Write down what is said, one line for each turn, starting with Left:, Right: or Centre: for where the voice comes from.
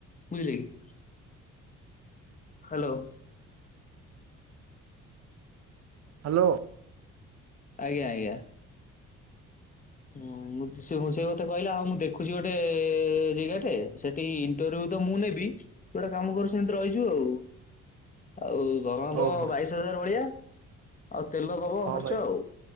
Left: ବୁଝିଲେ କି। ହାଲୋ।
Right: ହ୍ୟାଲୋ
Left: ଆଜ୍ଞା ଆଜ୍ଞା। ହୁଁ। ମୁଁ ତୁ ସେ ମୁଁ ସେଇ କଥା କହିଲା ହଉ ମୁଁ ଦେଖୁଛି ଗୋଟେ ଜାଗାଟେ ସେଠି ଇଣ୍ଟରଭ୍ୟୁ ତ ମୁଁ ନେବି ତୁ ଗୋଟେ କାମ କର ସେମିତି ରହିଯିବୁ ଆଉ। ଆଉ ଦରମା
Right: ଓ
Left: ଦବ
Right: ଭାଇ
Left: ବାଇଶି ହଜାର ଭଳିଆ ଆଉ ତେଲ ଦବ
Right: ହଁ
Left: ଖର୍ଚ୍ଚ
Right: ଭାଇ
Left: ଆଉ।